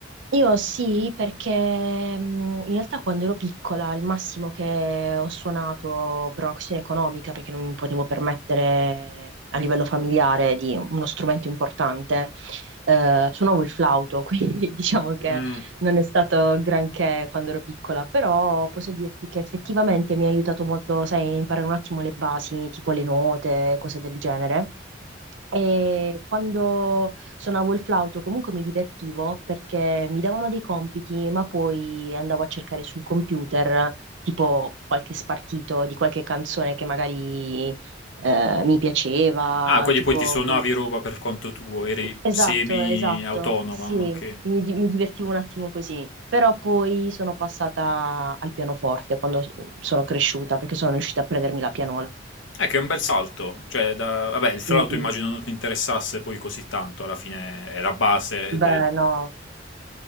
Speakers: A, on the right (about 70°); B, on the left (about 85°).
A: Io sì, perché mh, in realtà quando ero piccola il massimo che ho suonato per una questione economica, perché non mi potevo permettere a livello familiare di uno strumento importante, eh, suonavo il flauto, <laughs> quindi diciamo che
B: Mm.
A: non è stato granché quando ero piccola, però posso dirti che effettivamente mi ha aiutato molto, sai, a imparare un attimo le basi, tipo le note, cose del genere. E quando suonavo il flauto comunque mi divertivo perché mi davano dei compiti, ma poi andavo a cercare sul computer tipo qualche spartito di qualche canzone che magari eh, mi piaceva,
B: Ah, quindi
A: tipo...
B: poi ti suonavi
A: che ne-
B: roba per conto tuo, eri
A: Esatto,
B: semi-autonoma,
A: esatto, sì, mi,
B: ok.
A: di- mi divertivo un attimo così, però poi sono passata al pianoforte quando s- sono cresciuta perché sono riuscita a prendermi la pianola.
B: È che è un bel salto, cioè, da... vabbè, il flauto
A: Mm, mm.
B: immagino non ti interessasse poi così tanto, alla fine è la base del...
A: Beh, no.